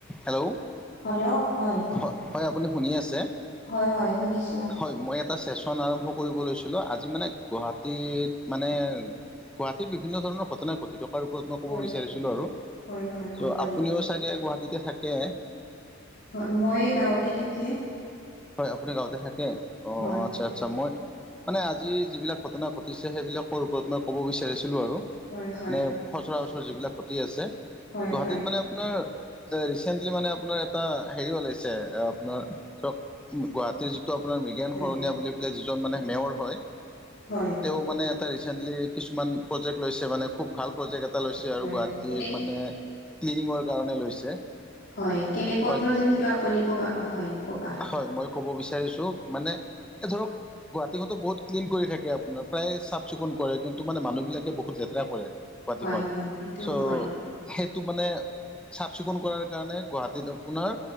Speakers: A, in the centre; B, on the left (about 50°).
A: Hello!
B: Hello? হয়।
A: হয়। হয়, আপুনি শুনি আছে?
B: হয় হয়। শুনিছোঁ।
A: হয়। মই এটা চেচন আৰম্ভ কৰিব লৈছিলোঁ। আজি মানে গুৱাহাটীত মানে গুৱাহাটীত বিভিন্ন ধৰণৰ ঘটনা ঘটি থকাৰ ওপৰত মোক ক'ব
B: হয়,
A: বিচাৰিছিলো
B: হয়,
A: আৰু।
B: হয়, হয় হ'ব
A: চ' আপুনিও
B: দিয়ক।
A: চাগে গুৱাহাটীতে থাকে?
B: হয়। মই গাঁৱতে থাকে।
A: হয় আপুনি গাঁৱতে থাকে। অ
B: হয়,
A: -, আচ্ছা- আচ্ছা মই মানে আজি যিবিলাক ঘটনা ঘটিছে, সেইবিলাকৰ ওপৰত মই ক'ব বিচাৰিছিলোঁ আৰু।
B: হয়, হয়,
A: মানে সচৰাচৰ
B: হয়,
A: যিবিলাক ঘটি আছে।
B: হয়,
A: গুৱাহাটীত
B: হয়,
A: মানে আপোনাৰ, যে ৰিচেণ্টলি মানে আপোনাৰ এটা হেৰি ওলাইছে। আপোনাৰ, ধৰক গুৱাহাটীৰ যিটো আপোনাৰ মৃগেন
B: হয়।
A: শৰণীয়া বুলি পেলাই যিজন মানে মেয়ৰ হয়।
B: হয়।
A: তেওঁ মানে এটা ৰিচেন্টলি কিছুমান প্ৰজেক্ট লৈছে, মানে খুব ভাল। প্ৰজেক্ট এটা লৈছে
B: হয়,
A: আৰু। গুৱাহাটীৰ
B: কেনে
A: মানে ক্লিনিঙৰ কাৰণে লৈছে।
B: হয় কেনেকুৱা
A: হয়
B: প্ৰজেক্ট সেইটো আপুনি ক'বা হয় ক'বা
A: হয় মই ক'ব বিচাৰিছো মানে এ ধৰক গুৱাহাটীখনতো বহুত ক্লিন কৰি থাকে আপোনাৰ প্ৰায় চাফ চিকুণ কৰে কিন্তু মানে মানুহবিলাকে বহুত লেতেৰা কৰে গুৱাহাটীখন
B: হয়, হয়, সেইটো
A: চ'
B: হয়,
A: সেইটো মানে চাফ চিকুণ কৰাৰ কাৰণে গুৱাহাটীত আপোনাৰ